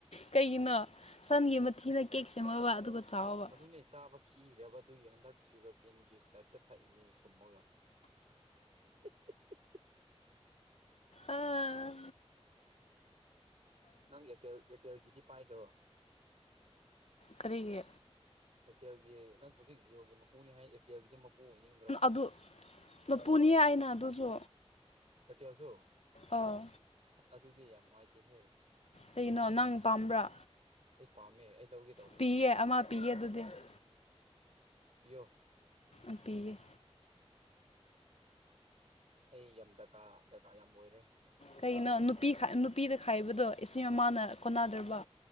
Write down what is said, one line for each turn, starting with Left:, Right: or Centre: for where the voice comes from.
Left: ꯀꯩꯅꯣ ꯁꯟꯒꯤ ꯃꯊꯤꯅ ꯀꯦꯛꯁꯦ ꯃ ꯋꯥ ꯑꯗꯨꯒ ꯆꯥꯎꯕ
Right: ꯑꯗꯨꯅꯦ ꯆꯥꯕ ꯀꯤꯈ꯭ꯔꯦꯕꯥꯗꯨꯒꯤ ꯍꯟꯗꯛ ꯁꯨꯒꯔ ꯀꯦꯟ ꯖꯨꯁ ꯇꯥꯏꯞꯇ ꯊꯥꯛꯏꯅꯦꯦ ꯁꯨꯝꯃꯒ <unintelligible>
Left: ꯑꯥ
Right: ꯅꯪ ꯑꯦꯔꯇꯦꯜ ꯑꯦꯔꯇꯦꯜꯒꯤꯗꯤ ꯄꯥꯏꯗ꯭ꯔꯣ
Left: ꯀꯔꯤꯒꯤ
Right: ꯑꯦꯔꯇꯦꯜꯒꯤ ꯅꯪ ꯍꯧꯖꯤꯛ ꯖꯤꯑꯣꯒꯤ ꯃꯄꯨꯅꯤ ꯍꯥꯏ ꯑꯦꯔꯇꯦꯜꯒꯤꯗꯤ ꯑꯣꯏꯅꯤꯡꯗ꯭ꯔꯣ
Left: ꯑꯗꯨ ꯃꯄꯨꯅꯤ ꯑꯅ ꯑꯗꯨꯁꯨ
Right: ꯑꯦꯇꯤꯌꯥꯁꯨ
Left: ꯑꯥ
Right: ꯑꯁ ꯑꯗꯨꯗꯤ ꯌꯥꯝ ꯅꯨꯡꯉꯥꯏꯇꯦꯍꯦ
Left: ꯀꯒꯤꯩꯅꯣ ꯅꯪ ꯄꯥꯝꯕ꯭ꯔꯥ
Right: ꯑꯩ ꯄꯥꯝꯃꯦ ꯑꯩ ꯂꯧꯒꯦ ꯇꯧꯕꯅꯦ
Left: ꯄ ꯑꯃꯃꯥ ꯄꯤꯌꯦ ꯗꯗꯨꯗꯥ
Right: ꯄꯣ
Left: ꯑꯄꯤꯤꯒꯦ
Right: ꯑꯩ ꯌꯥꯝ ꯗꯔꯀꯥꯔ ꯗꯔꯀꯥꯔ ꯌꯥꯝ ꯑꯣꯏꯔꯦ
Left: ꯀꯩꯒꯤꯅꯣ ꯅꯨꯄꯤ ꯅꯨꯄꯤꯗ ꯈꯥꯏꯕꯗꯣ ꯑꯁꯤ ꯃꯃꯥꯅ ꯀꯣꯟꯅꯗ꯭ꯔꯕ